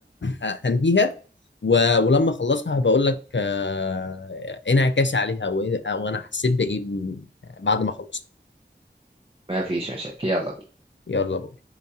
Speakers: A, on the left; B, on the right.
A: ه- ه- هنهيها و- ولما اخلصها هبقول لك آه، ايه انعكاسي عليها وإيه- وانا حسيت بايه بعد ما خلصت
B: ما فيش مشاكل يلا بينا.
A: يلا بقى